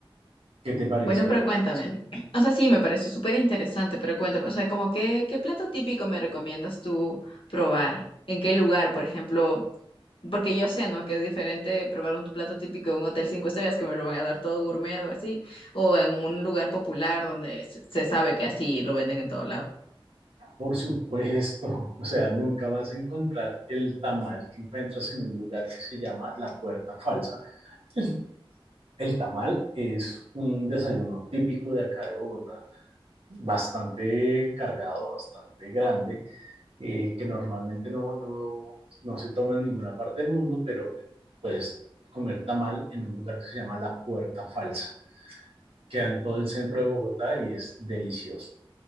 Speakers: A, on the right; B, on the left.
A: ¿Qué te parece
B: Bueno,
A: ahí?
B: pero cuéntame. O sea, sí, me parece súper interesante, pero cuéntame, o sea, como qué, qué plato típico me recomiendas tú probar? ¿En qué lugar, por ejemplo? Porque yo sé, ¿no? Que es diferente probar un plato típico de un hotel cinco estrellas que me lo van a dar todo gourmet o así, o en un lugar popular donde se se sabe que así lo venden en todo lado.
A: Por supuesto, <laughs> o sea, nunca vas a encontrar el tamal que encuentras en un lugar que se llama La Puerta Falsa. Es El tamal es un desayuno típico de acá de Bogotá, bastante cargado, bastante grande, eh, que normalmente no, no, no se toma en ninguna parte del mundo, pero puedes comer tamal en un lugar que se llama La Puerta Falsa. Queda en todo el centro de Bogotá y es delicioso.